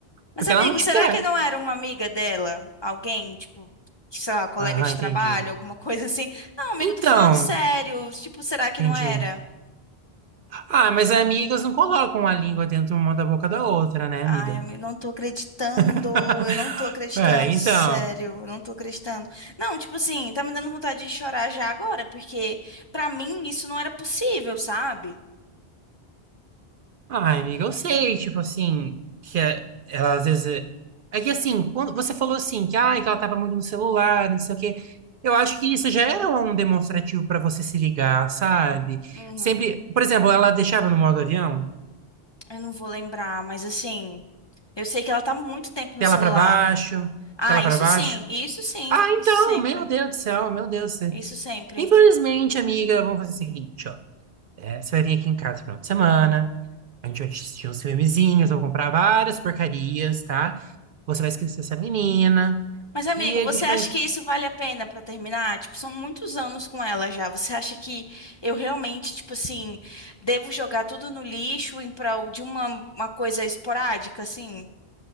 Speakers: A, on the left; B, on the right.
A: Mas,
B: Porque
A: amigo,
B: ela não te
A: será
B: quer.
A: que não era uma amiga dela? Alguém, tipo, sei lá, colega
B: Aham,
A: de
B: entendi.
A: trabalho, alguma coisa assim? Não, amigo,
B: Então,
A: tô falando sério. Tipo, será que
B: entendi.
A: não era?
B: Ah, mas amigas não colocam a língua dentro uma da boca da outra, né,
A: Ai,
B: amiga?
A: eu me- não tô acreditando,
B: <laughs>
A: eu não tô acreditando,
B: É, então.
A: sério, eu não tô acreditando. Não, tipo assim, tá me dando vontade de chorar já agora, porque pra mim isso não era possível, sabe?
B: Ai, amiga, eu sei, tipo assim, que é- ela às vezes. É é que assim, quando você falou assim, que, ai, que ela tava muito no celular, não sei o quê. Eu acho que isso já era um demonstrativo pra você se ligar, sabe?
A: Uhum.
B: Sempre. Por exemplo, ela deixava no modo avião,
A: Eu não vou lembrar, mas assim, eu sei que ela tá muito tempo no
B: tela
A: celular.
B: pra baixo,
A: Ah,
B: tela pra
A: isso
B: baixo.
A: sim, isso sim,
B: Ah, então,
A: isso sempre,
B: meu Deus do céu, meu Deus do céu.
A: isso sempre.
B: Infelizmente, amiga, vamos fazer o seguinte, ó. É, você vai vir aqui em casa no final de semana. A gente assistia uns filmezinhos, eu comprar várias porcarias, tá? Você vai esquecer essa menina.
A: Mas, amigo,
B: E a
A: você
B: gente
A: acha
B: vai.
A: que isso vale a pena pra terminar? Tipo, são muitos anos com ela já. Você acha que eu realmente, tipo assim, devo jogar tudo no lixo em prol de uma, uma coisa esporádica, assim?